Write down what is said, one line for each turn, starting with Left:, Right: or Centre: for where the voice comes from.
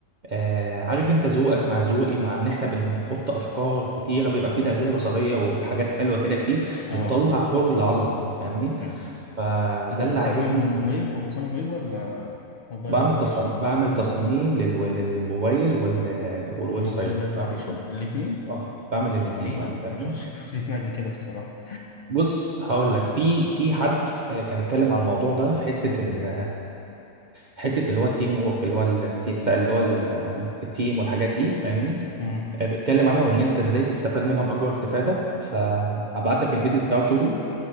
Right: آه، عارف انت ذوقك مع ذوقي مع ان احنا بنحط افكار كتيره بيبقى فيه تغذيه بصريه وحاجات حلوه كده كتير
Left: اه
Right: بنطلع شغل عظمه فاهمني
Left: فاهم
Right: فده
Left: انت بتصمم
Right: اللي عاجبني
Left: ويب وبتصمم ويب ولا موبايل
Right: بعمل
Left: ابلكيشن
Right: تصاميم بعمل تصاميم لل- للموبايل وال... والويب
Left: موبايل
Right: سايت
Left: ابلكيشن
Right: بعمل كله.
Left: الاثنين
Right: اه بعمل الاثنين
Left: غريبة
Right: اه
Left: دي
Right: فاهمني
Left: ما شفتش شفت الاثنين قبل كده الصراحة
Right: بص هقول لك في في حد آه، كان اتكلم عن الموضوع ده في حته
Left: امم
Right: ال... حته اللي هو التيم وورك اللي هو التي- بتاع اللي هو ال- آه، التيم والحاجات دي فاهمني
Left: امم
Right: آه، بيتكلم عنها وان انت ازاي تستفاد منها باكبر استفاده فهبعت لك الفيديو بتاعه شوفه